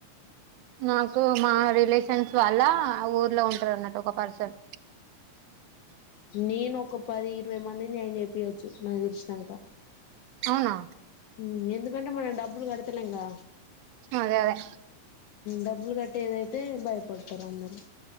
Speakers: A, on the right; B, on the left.
A: నాకు మా రిలేషన్స్ వాళ్ళ ఊర్లో ఉంటారు అన్నట్టు ఒక పర్సన్
B: నేను ఒక పది ఇరవై మందిని ఆన చెప్పయొచ్చు నాకు తెలిసినాక
A: అవునా
B: ఉ ఎందు ఎందుకంటే మ డబులు కడుతులేంగా
A: అదే అదే
B: డబ్బులు కట్టేదైతే భయపడతారు అందరూ